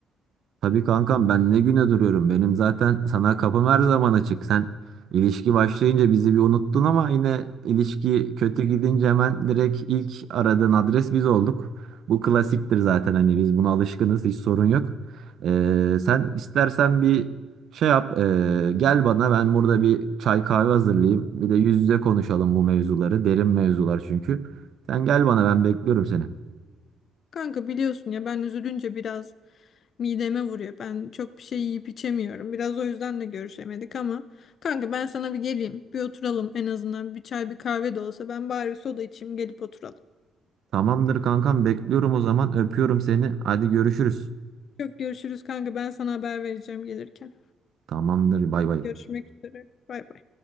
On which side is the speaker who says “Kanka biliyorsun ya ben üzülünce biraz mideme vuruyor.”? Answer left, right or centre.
Left